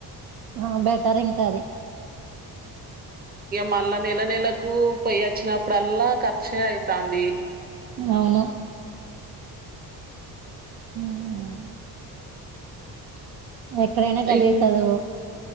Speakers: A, on the right; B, on the right.
A: ఆ బెటర్ ఇంక అది
B: మల్ల నెల నెలకు పొయ్యి అచ్చినప్పుడల్లా ఖర్చే అయితాంది
A: అవును ఉమ్మ్ ఎక్కడైనా గదే
B: ఇం
A: సదువు